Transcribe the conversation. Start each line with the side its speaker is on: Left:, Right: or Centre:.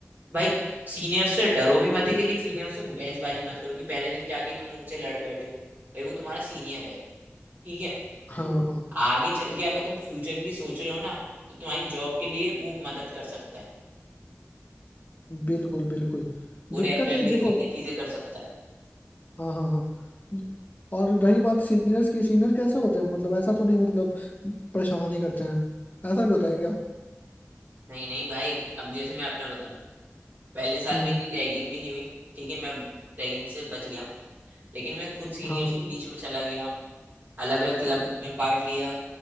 Right: भाई सीनियर से डरो भी मत ही लेकिन सीनियर से बहसबाजी मत करो कि पहले दिन जाके तुम उनसे लड़ बैठे हो भाई वो तुम्हारा सीनियर है ठीक है
Left: हाँ हाँ
Right: आगे चल के अगर तुम फ्यूचर के लिए सोच रहे हो ना तो तुम्हारी जॉब के लिए वो मदद कर सकता है
Left: बिल्कुल बिल्कुल
Right: वो
Left: दिक्कत
Right: रेफरल
Left: ये
Right: ले
Left: देखो
Right: सकता है चीजें कर सकता है
Left: हाँ हाँ हाँ और रही बात सीनियर्स की सीनियर कैसे होते हैं मतलब ऐसा तो नहीं मतलब परेशान ही करते हैं ऐसा भी होता है क्या
Right: नहीं नहीं भाई अब जैसे मैं अपना बताऊं पहले साल
Left: हम्म
Right: मेरी रैगिंग भी नहीं हुई ठीक है मैं रैगिंग से बच गया लेकिन मैं खुद सीनियर्स
Left: हाँ
Right: के बीच में चला गया अलग अलग क्लब में पार्ट लिया